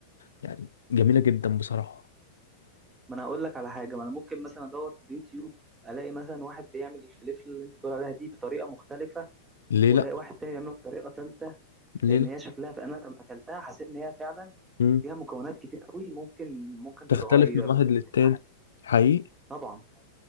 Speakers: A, on the left; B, on the right.
A: يعني جميلة جدا بصراحة
B: ما انا هقول لك على حاجه ما انا ممكن مثلا ادور في اليوتيوب الاقي مثلا واحد بيعمل الفلفل اللي انت بتقول عليها دي بطريقه مختلفه
A: ليه
B: والاقي
A: لا
B: واحد تاني بيعمله بطريقه ثالثه
A: ليه
B: لان هي شكلها فانا لما اكلتها حسيت ان هي فعلا
A: لا
B: فيها مكونات كتير قوي ممكن ممكن
A: تختلف
B: تتغير
A: من واحد
B: ممكن
A: للتاني
B: تتعمل
A: حقيقي
B: طبعا